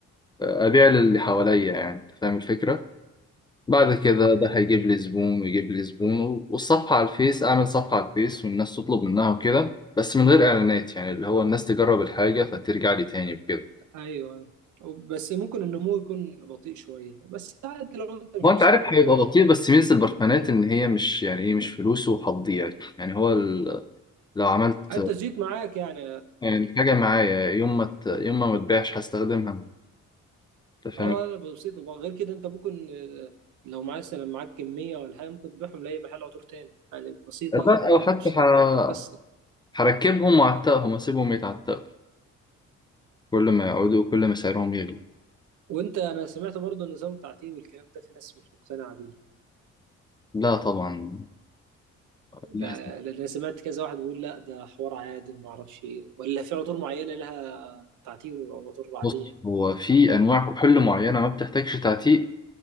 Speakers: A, on the left; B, on the right.
A: آه، ابيع للي حواليا يعني أنت فاهم الفكره بعد كذا ده هيجيب لي زبون ويجيب لي زبون والصفحة على الفيس أعمل صفحة على الفيس والناس تطلب منها وكده بس من غير إعلانات يعني اللي هو الناس تجرب الحاجة فترجع لي تاني وكده
B: أيوه بس ممكن النمو يكون بطيء شوية بس عادي لو أنت مش
A: هو أنت
B: مستعجل
A: عارف هيبقى
B: على
A: بطيء بس ميزة البرفانات إن هي مش يعني إيه مش فلوس وهتضيع يعني يعني هو ال- لو عملت
B: حتى الزيت معاك يعني
A: يعني حاجة معايا يوم ما ت- يوم ما متبيعش هستخدمها أنت فاهم
B: اه لا بسيط وغير كده انت ممكن آه، لو معاك مثلا معاك كمية ولا حاجة ممكن تبيعهم لأي محل عطور تاني يعني بسيطة
A: لا أو
B: يعني
A: حتى
B: مش
A: ه-
B: بس
A: هركبهم وأعتقهم أسيبهم يتعتقوا كل ما يقعدوا كل ما سعرهم يغلى
B: وانت انا سمعت برضه النظام التعتيم والكلام ده في ناس مش مقتنعه بيه
A: لا طبعا لازم
B: لا لأن انا سمعت كذا واحد بيقول لا ده حوار عادي وما اعرفش ايه ولا في عطور معينه لها تعتيم وعطور عاديه
A: بص هو في انواع كحول معينه ما بتحتاجش تعتيق